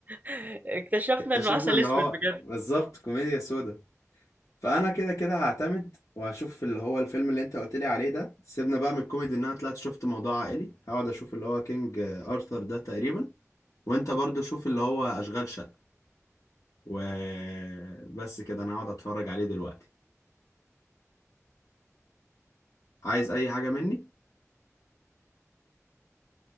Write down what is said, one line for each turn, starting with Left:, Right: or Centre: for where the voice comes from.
Right: <laughs> اكتشفنا
Left: اكتشفنا
Right: انه عسل
Left: ان
Right: اسود
Left: هو بالظبط كوميديا سودا فانا كده كده هعتمد وهشوف اللي هو الفيلم اللي انت قلت لي عليه ده سيبنا بقى من الكوميدي ان انا طلعت شفت موضوع عائلي هقعد اشوف اللي هو كينج ارثر ده تقريبا وانت برضو شوف اللي هو اشغال شقة وبس كده انا هقعد اتفرج عليه دلوقتي عايز اي حاجة مني